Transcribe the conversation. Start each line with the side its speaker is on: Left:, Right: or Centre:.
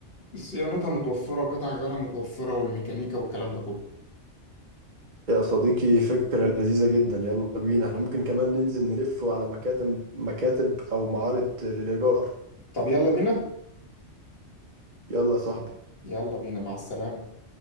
Left: صيانتها متوفرة قطع غيارها متوفرة والميكانيكا والكلام ده كله
Right: يا صديقي فكرة لذيذة جدا يلا بينا احنا ممكن كمان ننزل نلف على مكاتب مكاتب أو معارض للإيجار
Left: طب يلا بينا
Right: يلا يا صاحبي
Left: يلا بينا مع السلامة